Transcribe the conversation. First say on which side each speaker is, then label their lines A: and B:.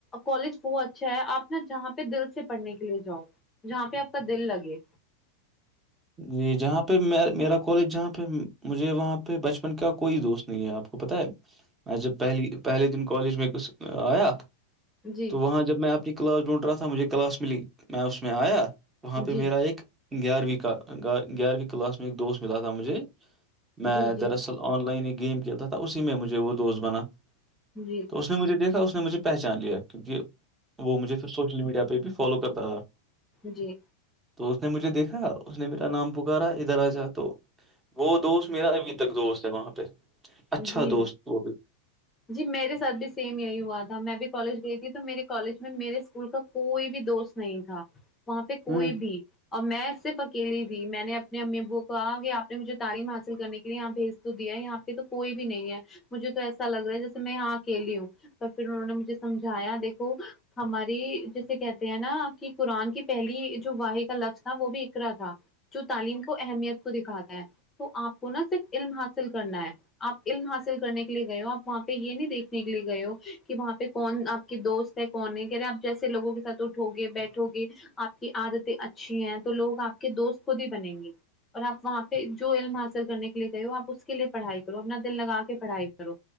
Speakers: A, on the left; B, on the right.
A: کالج وہ اچھا ہے آپ نا جہاں پہ دل سے پڑھنے کے لیے جاؤ جہاں پہ آپ کا دل لگے
B: جی جہاں پہ میرا کالج جہاں پہ مجھے وہاں پہ بچپن کا کوئی دوست نہیں ہے آپ کو پتہ ہے میں جب پہلی پہلے دن کالج میں آیا
A: جی
B: تو وہاں جب میں اپنی کلاس ڈھونٹ رہا تھا مجھے کلاس ملی میں اس میں آیا وہاں پہ
A: جی
B: میرا ایک گیارہویں کا گیارہویں کلاس میں ایک دوست ملا تھا مجھے میں
A: جی جی
B: دراصل آن لائن ایک گیم کھیلتا تھا اسی میں مجھے وہ دوست بنا
A: جی
B: تو اس نے مجھے دیکھا اس نے مجھے پہچان لیا کیونکہ وہ مجھے پھر سوشل میڈیا پہ بھی فالو کرتا تھا
A: جی
B: تو اس نے مجھے دیکھا اس نے میرا نام پکارا ادھر آ جا تو وہ دوست میرا ابھی تک دوست ہے وہاں پہ اچھا
A: جی
B: دوست وہ بھی
A: جی میرے ساتھ بھی سیم یہی ہوا تھا میں بھی کالج گئی تھی تو میرے کالج میں میرے اسکول کا کوئی بھی دوست نہیں تھا وہاں پہ کوئی
B: ہوں
A: بھی اور میں اس ص سےف اکیلی تھی میں نے اپنے امی ابو کو کہا کہ آپ نے مجھے تعلیم حاصل کرنے کے لیے یہاں بھیج تو دیا یہاں یہ تو کوئی بھی نہیں ہے مجھے تو ایسا لگ رہا ہے جسے میں یہاں اکیلی ہوں تو پھر انہوں نے مجھے سمجھایا دیکھو ہماری جیسے کہتے ہیں نا کہ قرآن کی پہلی جو واح کا لفظ تھا وہ بھی اکرا تھا جو تعلیم کو اہمیت کو دکھاتا ہے تو آپ کو نہا صرف علم حاصل کرنا ہے آپ علم حاصل کرنے کے لیے گئے ہو آپ وہاں پہ یہ نہیں دیکھنے کے لیے گئے ہو کہ وہاں پہ کون آپ کے دوست کون ہے کہہ رہے آپ جیسے لووں کے سھ اٹھو گے بیٹھو گے آپ کی عادتیں اچھی ہیں تو لوگ آپ کے دوست خود ہی بنیں گے اور آپ وہاں پہ جو علم حاصل کرنے کے لیے گئے ہو آپ اس کے لیے پڑھائی کرو اپنا دل لگا کے پڑھائی کرو